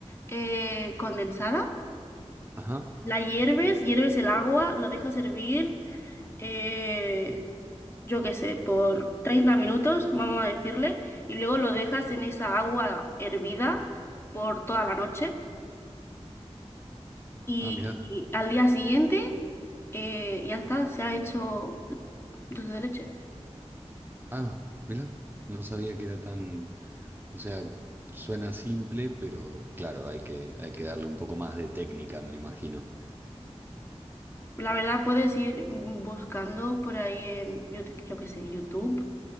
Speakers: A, on the left (about 20°); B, on the right (about 20°).
A: eh, condensada,
B: Ajá.
A: la hierves, hierves el agua, lo dejas hervir, eh, yo qué sé, por 30 minutos, vamos a decirle, y luego lo dejas en esa agua hervida por toda la noche. Y,
B: Ah, mirá.
A: y al día siguiente eh, ya está, se ha hecho dulce de leche.
B: Ah, mirá. No sabía que era tan... O sea, suena simple, pero claro, hay que, hay que darle un poco más de técnica, me imagino.
A: La verdad puedes ir buscando por ahí en, yo, te- yo qué sé, YouTube